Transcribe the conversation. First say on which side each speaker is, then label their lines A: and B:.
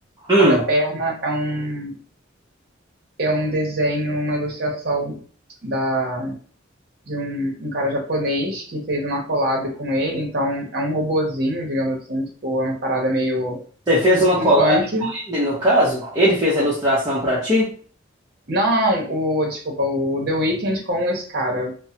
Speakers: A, on the right; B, on the right.
A: Hum.
B: a da perna é um, é um desenho, uma ilustração da, de um, um cara japonês que fez uma collab com ele, então é um robozinho, digamos assim, tipo, é uma parada meio
A: Você fez
B: steampunk.
A: uma collab com ele, no caso? Ele fez a ilustração pra ti?
B: Não, não, não, o, desculpa, o The Weeknd com esse cara.